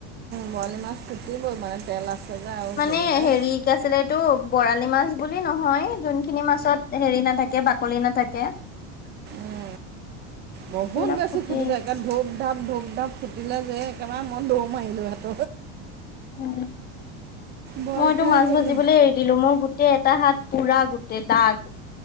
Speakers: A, on the right (about 30°); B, on the left (about 25°).
A: বৰালি মাছ ফুটিবই মানে তেল আছে। যে আৰু
B: মানে
A: যে
B: হেৰি কি আছিলে এইটো বৰালি মাছ বুলি নহয় যোনখিনি মাছত হেৰি নাথাকে বাকলি নাথাকে।
A: উ বহুত
B: সেইবিলাক
A: বেছি
B: ফুটেই
A: ফুটি যায়ণ ধূপ ধাপ ধূপ ধাপ ফু দিলে যে একেবাৰে মন দৌ মাৰিলোঁহঁত।
B: উ
A: ভয়
B: মইটো
A: খাই
B: মাছ
A: গ'লোঁ
B: ভাজিবলৈ এৰি দিলো মোৰ গোটেই এটা হাত পোৰা গোটেই দাগ।